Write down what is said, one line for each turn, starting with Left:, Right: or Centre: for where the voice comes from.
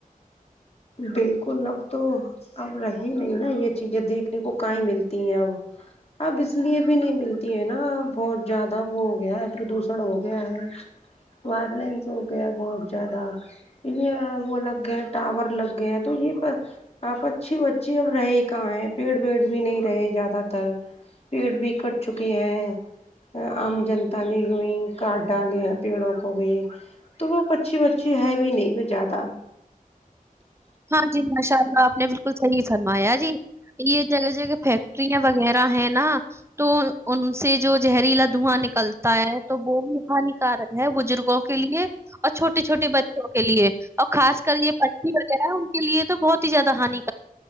Left: بالکل اب تو اب رہی نہیں نا یہ چیزیں دیکھنے کو کہیں ملتی ہیں اب اب اس لیے بھی نہیں ملتی ہے نا بہت زیادہ وہ ہو گیا ہے پردوشن ہو گیا ہے وائلینس ہو گیا ہے بہت زیادہ یہ وہ لگ گ ٹاور لگ گئے تو یہ پچھی بچی اب رہے ہی کہاں ہے پیڑ ویڑ بھی نہیں رہے زیادہ تر پیڑ بھی کٹ چکے ہیں عام جنتا نےیں کارڈ ڈالے ہیں پیڑوں کو بھی تو وہ اچھی بچی ہے بھی نہیں زیادہ
Right: ہاں جی ماشاء اللہ آپ نے بالکل صحیح سنا مایا جی یہ جگہ جگہ فیکٹرییاں وغیرہ ہے نا تو ان سے جو زہریلا دھواں نک کلتا ہے تو وہ بھی ہانکار ہے بزرگوں کے لیے اور چھوٹے چھوٹے بچوں کے لیے اور خاص کر یہ وغیرہ ان کے لیے تو بہت ہی زیاد ہانانی